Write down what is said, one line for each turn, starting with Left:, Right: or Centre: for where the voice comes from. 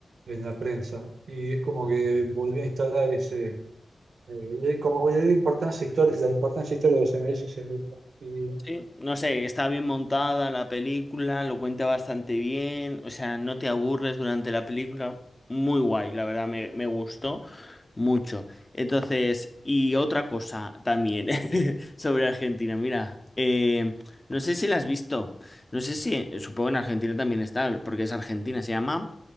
Right: en la prensa. Y es como que volví a instalar ese, eh, le- como le di importancia histori- la importancia histórica que se merece ese grupo. Y,
Left: Sí, no sé, está bien montada la película, lo cuenta bastante bien, o sea, no te aburres durante la película, muy guay, la verdad me, me gustó mucho. Entonces, y otra cosa también <laughs> sobre Argentina, mira, eh, no sé si la has visto, no sé si, supongo en Argentina también está, porque es Argentina, se llama,